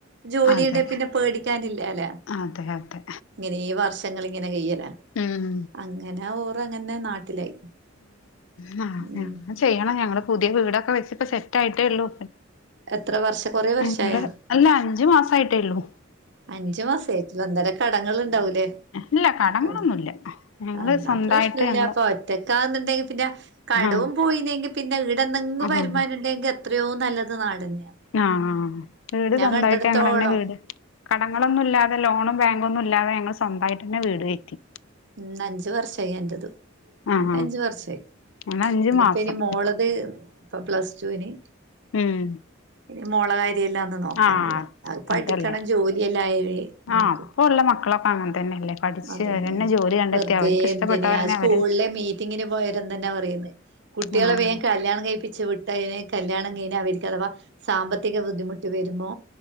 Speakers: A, on the right (about 60°); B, on the left (about 70°).
A: ജോലിണ്ട,
B: അതെ
A: പിന്നെ, പേടിക്കാനില്ലാല,
B: അതെ അതെ
A: ഇങ്ങനെ, വർഷങ്ങൾ, ഇങ്ങനെ, കൈയല.
B: ഉം
A: അങ്ങനെ, ഓറങ്ങനെ, നാട്ടിലായി.
B: മം,
A: ഉം
B: ചെയ്യണം, ഞങ്ങള്, പുതിയ, വീടൊക്കെ, വെച്, സെറ്റ്, ആയിട്ടേ, ഉള്ളൂ.
A: എത്ര വർഷം കൊറേ വർഷായ
B: നങ്ങള്, അല്ല, അഞ്ചു, മാസയിട്ടേള്ളൂ.
A: അഞ്ചു, മാസായിട്ടുള്ളു, എന്തേരം, കടങ്ങൾ, ഉണ്ടാവൂലേ?
B: ഇല്ല കടങ്ങളൊന്നുല്ല
A: അതെ,
B: ഞങ്ങള്
A: എന്നാ,
B: സ്വന്തായിട്ട്
A: പ്രശ്നോ, ഇല്ലപ്പൊ,
B: ഞങ്ങള്
A: ഒറ്റക്കാ പിന്ന, കടവും,
B: ആഹ്
A: പോയിെനെങ്കി, പിന്നെ, ഇട
B: ആഹ്
A: വരുമാനം, ഉണ്ടെങ്കി, എത്രയോ, നല്ലത്, നാടന്നെ.
B: ആ, ആ, വീട്, സ്വന്തമായിട്ട്,
A: കണ്ടിടത്തോളം
B: അങ്ങനെ, തന്നെ വീട് കടങ്ങളൊന്നും, ഇല്ലാതെ, ലോണും, ബാങ്കൊന്നും, ഇല്ലാതെ, ഞങ്ങൾ, സ്വന്തായിട്ട്ന്നെ, വീട്, കേറ്റി.
A: ഉം, അഞ്ച്, വർഷായി, എൻറ്റത്.
B: ആഹ്
A: രണ്ട് അഞ്ച്, വർഷയി,
B: അങ്ങനെ അഞ്ചു
A: ഇനിപ്പെ,
B: മാസം
A: ഇനി, മോളത്, ഇപ്പ, പ്ലസ് ടുന്
B: ഉം.
A: ഇനി, മോളകാര്യെല്ലാന്ന്, നോക്കാനുള്ളേ,
B: ആഹ്
A: അത്, പഠിക്കണം,
B: അതല്ലേ
A: ജോലിയല്ലായി, നോക്കൂ
B: ആഹ് ഇപ്പ ഉള്ള മക്കളൊക്കെ അങ്ങനെ തന്നെയല്ലേ പഠിച്ച്
A: അതെന്നെ,
B: അവരന്നെ ജോലി കണ്ടെത്തി
A: വെറുതെ,
B: അവർക്ക് ഇഷ്ടപ്പെട്ടവരന്നെ
A: എന്തിന്ന്, ആ, സ്കൂളിലെ,
B: അവര്
A: മീറ്റിങ്ങിന്, പോയരുന്ന്ന്നാ, പറയന്ന്. കുട്ടികളെ,
B: ആഹ്
A: വേഗം, കല്യാണം, കഴിപ്പിച്ച്, വിട്ടെന് കല്യാണം, കഴിഞ്ഞ, അവരിക്കാഥവാ, സാമ്പത്തിക, ബുദ്ധിമുട്ട്, വരുമ്പോ,